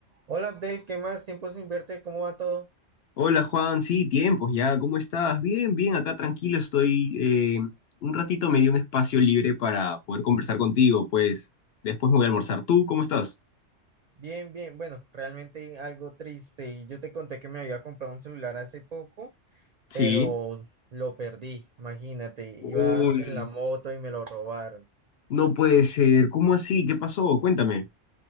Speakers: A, on the right; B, on the left.
A: Hola Abdel, ¿qué más? Tiempo sin verte, ¿cómo va todo?
B: Hola Juan, sí, tiempos ya, ¿cómo estás? Bien, bien, acá tranquilo estoy. eh, un ratito me dio un espacio libre para poder conversar contigo, pues después me voy a almorzar. ¿Tú cómo estás?
A: Bien, bien, bueno, realmente algo triste. Yo te conté que me había comprado un celular hace poco,
B: Sí.
A: pero lo perdí, imagínate,
B: Uy,
A: iba en la moto y me lo robaron.
B: no puede ser, ¿cómo así? ¿Qué pasó? Cuéntame.